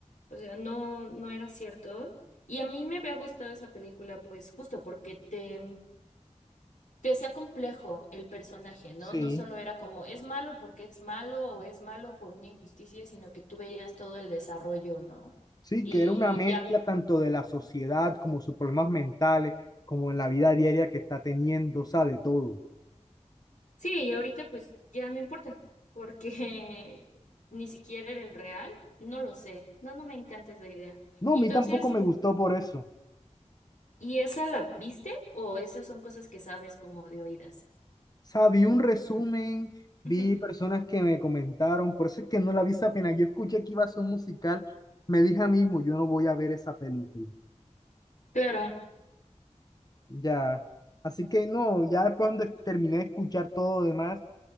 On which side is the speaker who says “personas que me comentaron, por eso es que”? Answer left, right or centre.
Left